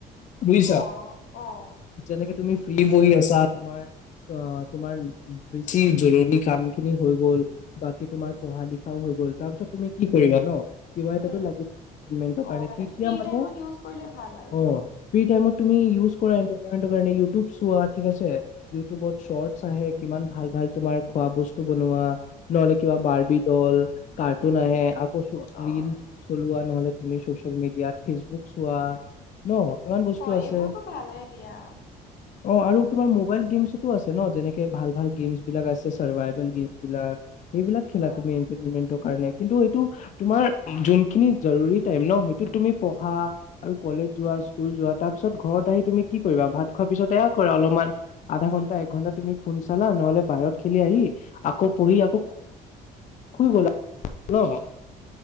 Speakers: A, on the left; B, on the left.
A: বুজিছা।
B: অহ-অহ,
A: যেনেকে তুমি ফ্ৰী বহি আছা তোমাৰ অ', তোমাৰ বেছি জৰুৰী কাম খিনি হৈ গ'ল, বাকি তোমাৰ পঢ়া লিখাও হৈ তাৰপিছত তুমি কি কৰিবা ন', কিবা এটা
B: উম
A: লাগিব এন্টাৰটেইনমেন্টৰ কাৰনে
B: অ মানে
A: তেতিয়া
B: ফ্ৰী
A: মানে
B: টাইমত ইউজ কৰিলে ভাল আৰু
A: অ',
B: ন
A: ফি টাইমত তুমি ইউজ কৰা। এণ্টেমেণ্টৰ কাৰনে ইউটিউব চোৱা ঠিকআছে ইউটিউবত শৰ্টচ আহে কিমান ভাল ভাল তোমাৰ খোৱা বস্তু বনোৱা নহ'লে কিবা
B: উম
A: বাৰ্বি ডল, কাৰ্টুন আহে
B: উম
A: আকৌ
B: অ
A: ৰিল চলোৱা নহ'লে তুমি চচে- ল মিডিয়াত, ফেচবুক চোৱা ন'? কিমান বস্তু
B: হয়,
A: আছে।
B: এইবোৰতো ভালে দিয়া।
A: অ', আৰু তোমাৰ মোবাইল গেমছোতো আছে ন, যেনেকে ভাল-ভাল গেমছ বিলাক আছে চাৰভাইভেল গেমছ বিলাক। সেইবিলাক খেলা
B: অ',
A: তুমি এণ্টাৰটেনমেণ্টৰ কাৰণে কিন্তু এইটো- তোমাৰ যোনখিনি জৰুৰী টাইম ন'সেইটোত তুমি পঢ়া আৰু কলেজ যোৱা স্কুল যোৱা তাৰ- পিছত ঘৰত আহি তুমি কি- কৰিবা? ভাত খোৱাৰ পিছত এয়া কৰা অলপমান আধা ঘন্টা এক ঘন্টা তুমি ফোন চালা নহ'লে বাহিৰত খেলি আহি- আকৌ পঢ়ি আকৌ
B: উম,
A: শুই গলা ন'?